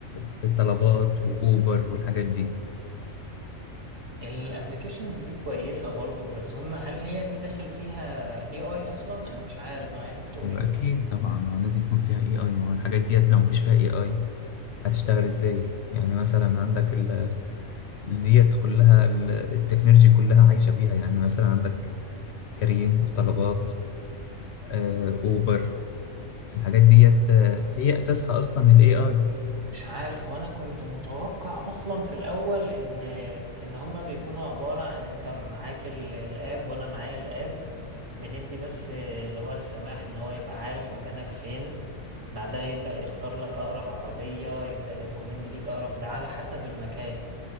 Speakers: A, on the left; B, on the right.
A: في الطلبات وأوبر والحاجات دي؟
B: الابلكيشنز دي كويسة برضو بس هم هل هي دي داخل فيها اي اي اصلا انا مش عارف انا عايزك تقولي
A: أيوه أكيد طبعا ما هو لازم يكون فيها إي آي ما هو الحاجات ديت لو مفيش فيها إي آي هتشتغل إزاي؟ يعني مثلا عندك ال ديت كلها ال- التكنولوجي كلها عايشة بيها يعني مثلا عندك كريم وطلبات آه، أوبر الحاجات ديت آه، هي أساسها أصلا ال AI
B: مش عارف وانا كنت متوقع اصلا في الاول ان ان هم بيكونوا عبارة عن انت معاك ال- الاب وانا معايا الاب بندي بس اللي هو السماح ان هو يبقى عارف مكانك فين بعدها يبدأ يختار لك أقرب عربية يبدأ يركومند ليك أقرب ده على حسب المكان